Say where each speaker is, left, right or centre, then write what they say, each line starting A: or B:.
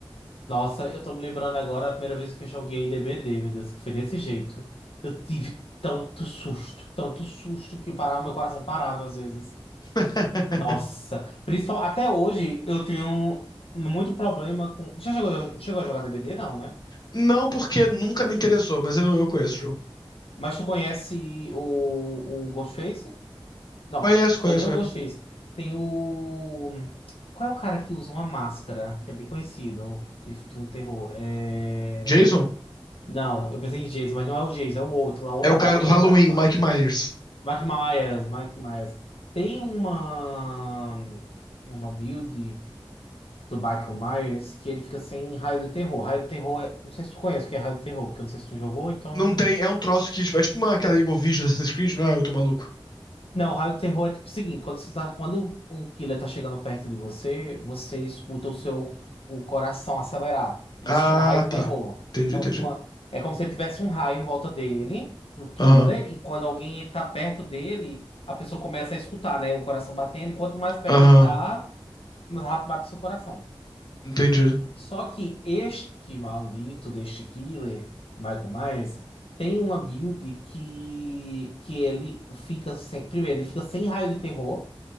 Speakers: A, on the left; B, on the left.
A: Nossa, eu tô me lembrando agora a primeira vez que eu joguei D B D, meu Deus, que foi desse jeito. Eu tive tanto susto, tanto susto que eu parava, meu coração parava às vezes.
B: <laughs>
A: Nossa, principal, até hoje eu tenho muito problema com. Já chegou, chegou a jogar D B D Não, né?
B: Não porque nunca me interessou, mas eu, eu conheço o jogo.
A: Mas tu conhece o, o Ghostface? Não,
B: Conheço, conheço,
A: não é nem o
B: conheço.
A: Ghostface. Tem o. Qual é o cara que usa uma máscara, que é bem conhecido de filme de terror? É...
B: Jason
A: Não, eu pensei em Jason, mas não é o Jason, é o outro, a outra,
B: é o cara
A: ma- o
B: do
A: outro
B: Halloween,
A: cara do mato.
B: o Mike Myers.
A: Mike Myers, Mike Myers. Tem uma uma build do Michael Myers que ele fica sem raio de terror. Raio de terror é, não sei se tu conhece o que é raio de terror, porque eu não sei se tu jogou, então
B: Não tem, é um troço que, tipo, é tipo uma, aquela Eagle Vision do Assassin's Creed, não é? Eu tô maluco.
A: Não, raio terror é tipo o seguinte, quando, você tá, quando um killer tá chegando perto de você, você escuta o seu o coração acelerar. Isso
B: Ah,
A: chama raio
B: tá.
A: terror.
B: Entendi,
A: Então,
B: entendi.
A: qua- é como se tivesse um raio em volta dele, do killer,
B: Aham,
A: e quando alguém tá perto dele, a pessoa começa a escutar, né? O coração batendo, e quanto mais perto
B: aham.
A: ele tá, mais rápido bate o seu coração.
B: Entendi.
A: Só que este maldito deste killer, Michael Myers, tem uma build que, que ele fica sem. Primeiro, ele fica sem raio de terror.